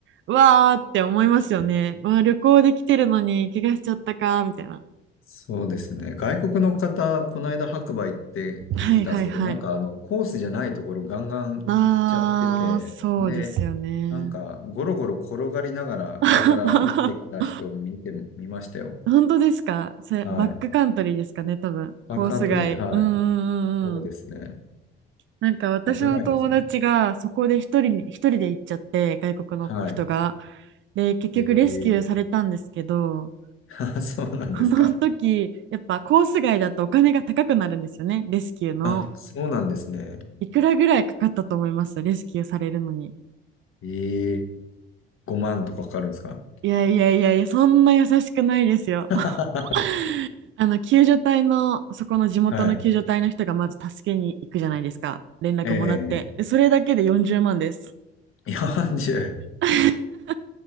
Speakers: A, on the right (about 40°); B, on the left (about 45°).
A: うわーって思いますよね。わあ、旅行できてるのに怪我しちゃったか、みたいな。
B: そうですね。外国の方、この間白馬行って気づいたんですけど、
A: はいはいはい。
B: なんかあの、コースじゃないところガンガン行っちゃってて、
A: あー、そうですよね。
B: で、なんかゴロゴロ転がりながら上から落ちてきた人見て、
A: <laughs>
B: 見ましたよ。
A: 本当ですかそれバックカントリーですかね、
B: はい。
A: 多分。
B: バックカントリーで、
A: コース外。
B: はい。
A: うんうんうんうん。
B: そうですね。
A: なんか私の友達がそこで一人に、
B: 危ないですね。
A: 一人で行っちゃって、外国の人が。
B: はい。
A: で、結局レスキューされたんですけど、
B: えー、<laughs> そうなんですか。
A: この時、<laughs> やっぱコース外だとお金が高くなるんですよね、レスキューの。
B: あ、そうなんですね。
A: いくらぐらいかかったと思いますレスキューされるのに。
B: えー、5万とかかかるんですか
A: いやいやいやいや、そんな優しくないですよ。
B: <laughs>
A: <laughs> あの救助隊のそこの地元の救助隊の人がまず助けに行くじゃないですか連絡もらってでそれだけで40万です
B: はい。ええ4
A: <laughs>